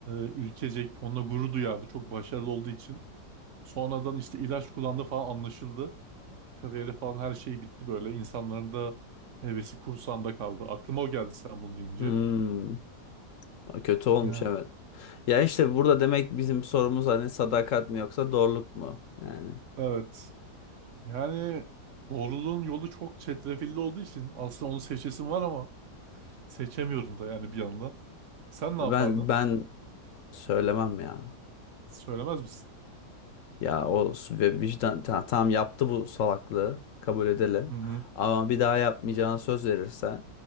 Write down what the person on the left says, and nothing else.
hmm, kötü olmuş
evet. Ya işte burada demek bizim sorumuz hani sadakat mi yoksa doğruluk mu yani.
Ben
ben söylemem ya.
Ya o s- ve vicdan ta- tamam yaptı bu salaklığı kabul edelim.
Ama bir daha yapmayacağına söz verirse